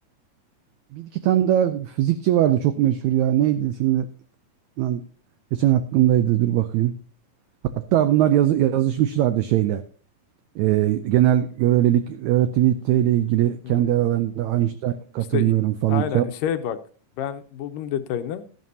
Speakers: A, on the right; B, on the left.
A: bir iki tane daha fizikçi vardı çok meşhur ya. Neydi şimdi? Lan, geçen aklımdaydı. Dur bakayım. Hatta bunlar yazı, yazışmışlardı şeyle. Ee, genel görelilik, relativite ile ilgili
B: Hmm.
A: kendi aralarında Einstein katılmıyorum
B: İşte i-
A: falan.
B: aynen
A: Çal-
B: şey bak ben buldum detayını.